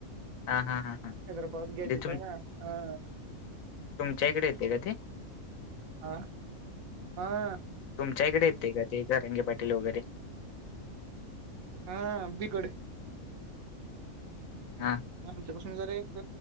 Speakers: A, on the left; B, on the right.
A: हा हा हा हा
B: हैदराबाद गँजेट
A: ते तुम
B: हाय ना.. हा..
A: तुमच्या इकडे येते का ते?
B: आा हा <unintelligible>
A: तुमच्या इकडे येते का? तें जरांग पाटील वगैरे?
B: हा बीकडे <unintelligible>
A: हा
B: आमच्यापासून जरा एक,